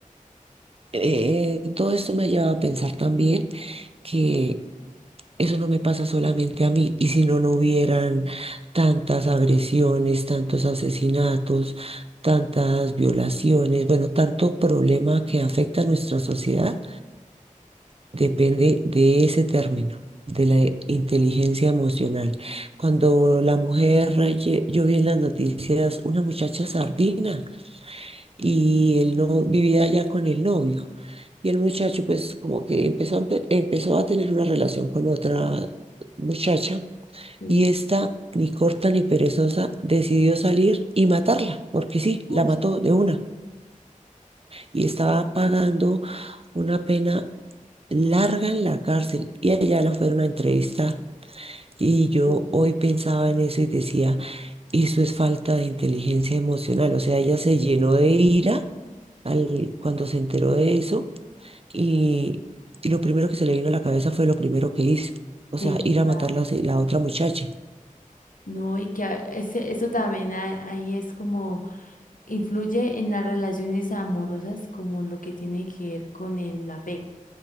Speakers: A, on the right; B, on the left.
A: eh, todo esto me lleva a pensar también que Eso no me pasa solamente a mí. Y si no, no hubieran tantas agresiones, tantos asesinatos, tantas violaciones, bueno, tanto problema que afecta a nuestra sociedad, depende de ese término, de la e- inteligencia emocional. Cuando la mujer, lle- yo vi en las noticias una muchacha sardina y él no vivía allá con el novio. Y el muchacho, pues, como que empezó, a empe- empezó a tener una relación con otra muchacha
B: Sí.
A: y esta, ni corta ni perezosa, decidió salir y matarla, porque sí,
B: Uy,
A: la mató de una. Y estaba pagando una pena larga en la cárcel y allá la fueron a entrevistar. Y yo
B: sí,
A: hoy pensaba en eso y decía, eso es falta de inteligencia emocional. O sea, ella se llenó de ira al, cuando se enteró de eso y, y lo primero que se le vino a la cabeza fue lo primero que hizo. O
B: sí,
A: sea, ir
B: claro.
A: a matar la, la otra muchacha.
B: No, y que a- ese, eso también a- ahí es como influye en las relaciones amorosas como lo que tiene que ver con el apego.